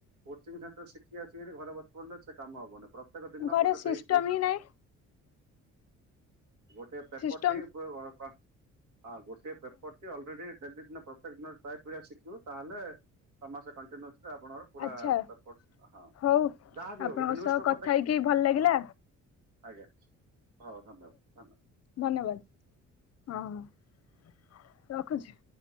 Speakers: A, on the right; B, on the left.
A: କୋଚିଂ ସେଣ୍ଟର ଶିଖି ଆସିକି ଘରେ ବସି ପଡିଲେ ସେ କାମ ହବନି ପ୍ରତ୍ୟେକ ଦିନ
B: ଘରେ
A: ଗୋଟେ
B: ସିଷ୍ଟମ
A: ପେଇଜ୍ ଟି
B: ହିଁ ନାହିଁ
A: ଗୋଟେ
B: ସିଷ୍ଟମ
A: ପପଟି ଉପର ଘର୍ କ ହଁ ଗୋଟେ ପେପଟି ଅଳ୍ପ ଆଲରେଡି ଦିନ ପ୍ରତ୍ୟେକ ଦିନ ଟ୍ରାଏ କରିବା ଶିଖିବ ତାହେଲେ ଛଅ ମାସେ କଣ୍ଟିନ୍ୟୁସ୍ଲି ଆପଣଙ୍କର ପୁରା
B: ଆଚ୍ଛା
A: ପେପର୍ ହଁ
B: ହଉ।
A: ଯାହା ବି
B: ଆପଣଙ୍କ
A: ହୋଊ ଗୋଟେ ନ୍ୟୁଜ
B: ସହ
A: ପେପର
B: କଥା
A: ଦେଖ୍
B: ହେଇକି ଭଲ ଲାଗିଲା
A: ଆଜ୍ଞା ହଉ ଧନ୍ୟବାଦ ଧନ୍ୟବାଦ।
B: ଧନ୍ୟବାଦ ହଁ ହଁ ରଖୁଛି।